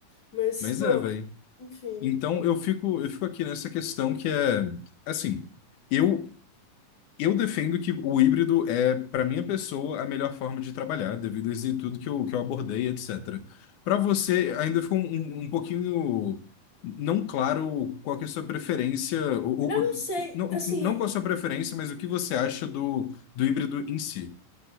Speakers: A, on the left; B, on the left.
A: Mas,
B: Mas
A: pô,
B: é, velho.
A: enfim.
B: Então eu fico, eu fico aqui nessa questão que é assim, eu eu defendo que o híbrido é, para minha pessoa, a melhor forma de trabalhar, devido a isso e tudo que eu, que eu abordei, etc. Para você, ainda ficou um, um um pouquinho não claro qual que é a sua preferência, ou,
A: Eu
B: ou-
A: não sei,
B: não,
A: assim,
B: não qual a sua preferência, mas o que você acha do, do híbrido em si.